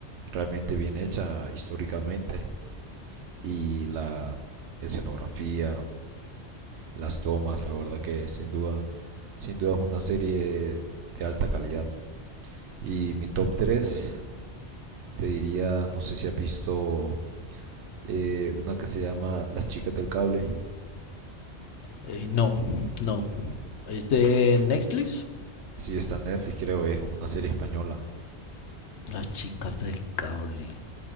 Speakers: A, on the right; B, on the left.
A: realmente bien hecha históricamente. Y la escenografía, las tomas, la verdad que sin duda, sin duda es una serie de alta calidad. Y mi top 3 te diría, no sé si has visto eh, una que se llama Las chicas del cable.
B: Eh, no, no. ¿Es de Netflix?
A: Sí, está en Netflix, creo, es una serie española.
B: Las chicas del cable.